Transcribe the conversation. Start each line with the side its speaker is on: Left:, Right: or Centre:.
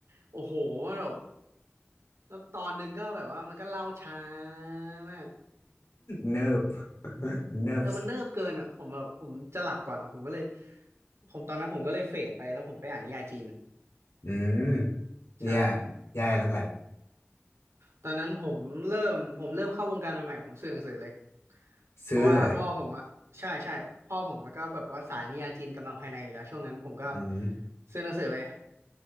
Right: โอ้โหมันแบบแล้วตอนหนึ่งก็แบบว่ามันก็เล่าช้ามาก
Left: เนิบเนิบ
Right: เออมันเนิบเกินอ่ะผมแบบผมจะหลับก่อนอ่ะผมก็เลยผมตอนนั้นผมก็เลยเฟดไปแล้วผมไปอ่านนิยายจีน
Left: อืม
Right: ใช่
Left: แย่แย่แล้วแหละ
Right: ตอนนั้นผมเริ่มผมเริ่มเข้าวงการใหม่ๆผมซื้อหนังสือเลย
Left: ซื้อเลย
Right: เพราะว่าพ่อผมอ่ะใช่ใช่พ่อผมก็แบบว่าสายนิยายจีนกำลังภายในอยู่แล้วช่วงนั้นผมก็
Left: อืม
Right: ซื้อหนังสือเลย